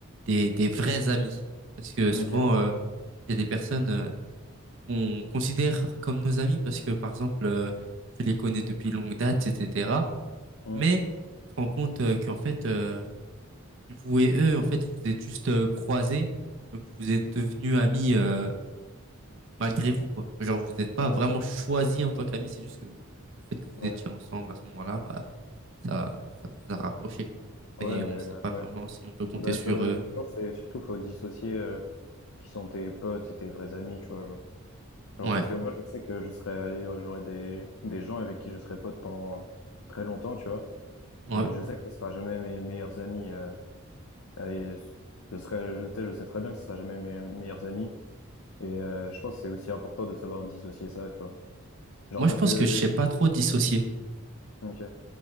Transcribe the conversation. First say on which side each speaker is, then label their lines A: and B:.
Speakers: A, on the right (about 60°); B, on the left (about 75°).
A: des, des vrais amis. Parce que souvent,
B: Ok.
A: euh, il y a des personnes. euh, on considère comme nos amis parce que, par exemple, euh, tu les connais depuis longue date, etc.
B: Mm.
A: Mais tu te rends compte euh, qu'en fait, euh, vous et eux, en fait, vous êtes juste euh, croisés. Donc, vous êtes devenus amis euh, malgré vous, quoi. Genre, vous n'êtes pas
B: Ouais,
A: vraiment choisis en tant qu'amis. C'est juste que le fait que vous
B: ouais.
A: étiez ensemble à ce moment-là, bah, ça, ça vous a rapproché.
B: Ouais,
A: Mais
B: mais
A: on ne
B: euh,
A: sait pas
B: ouais.
A: vraiment si on peut compter
B: Bah,
A: sur
B: ça,
A: eux.
B: je pense que c'est surtout, faut dissocier euh, qui sont tes potes et tes vrais amis, tu vois. Genre. Genre,
A: Ouais,
B: parce que moi, je sais que je serais, j'aurais des, des gens avec qui je serais pote pendant euh, très longtemps, tu vois.
A: ouais.
B: Mais je sais que ce sera jamais mes meilleurs amis. euh, et je serais, je, tu sais, je sais très bien que ce sera jamais mes meilleurs amis. Et euh, je pense que c'est aussi important de savoir dissocier ça, tu vois. Genre,
A: Moi,
B: parce
A: je pense
B: que,
A: que je sais pas trop dissocier.
B: ok.